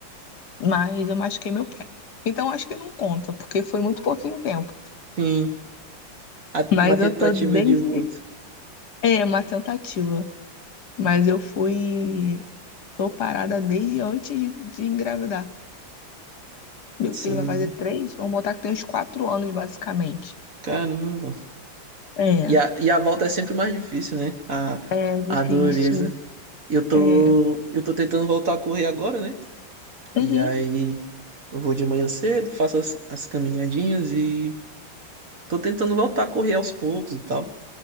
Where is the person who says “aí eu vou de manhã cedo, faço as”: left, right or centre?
Right